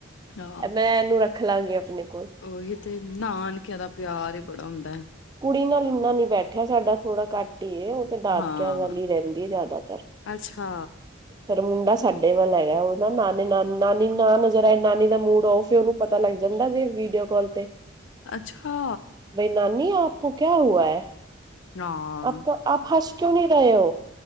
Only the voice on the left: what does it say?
ਹਾਂ
ਉਹੀ ਤੇ ਨਾਨਕਿਆਂ ਦਾ ਪਿਆਰ ਈ ਬੜਾ ਹੁੰਦਾ।
ਹਾਂ
ਅੱਛਾ
ਅੱਛਾ।
ਹਾਂ